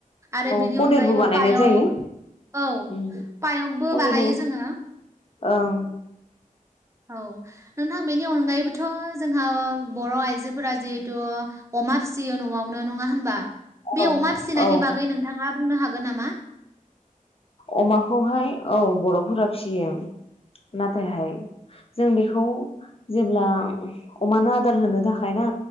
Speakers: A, on the right (about 20°); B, on the left (about 45°).
A: आरो
B: औ
A: बेनि
B: पनिरबो
A: अनगायैबो
B: बानायनाय
A: पायक
B: जायो
A: औ
B: उम
A: पायकबो
B: पनिरबो
A: बानायो जोङो।
B: ओं
A: औ नोंथां बेनि अनगायैबोथ' जोंहा बर' आइजोफोरा जिहेथु अमा फिसियो न'आवनो नङा होनबा।
B: औ
A: बे अमा फिसिनायनि
B: औ
A: बागै नोंथाङा। मा बुंनो हागोन नामा।
B: अमाखौहाय औ बर'फोरा फियो नाथायहाय जों बेखौ जेब्ला अमानो आदार होनो थाखाय ना।